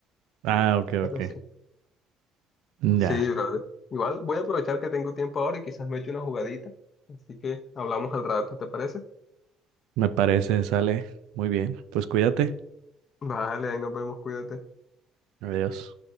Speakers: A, on the right; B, on the left.
A: Ah, ok, ok.
B: pero sí.
A: Ya,
B: Sí, brother. Igual voy a aprovechar que tengo tiempo ahora y quizás me eche una jugadita. Así que hablamos al rato, ¿te parece?
A: me parece, sale. Muy bien, pues cuídate.
B: Vale, ahí nos vemos, cuídate.
A: Adiós.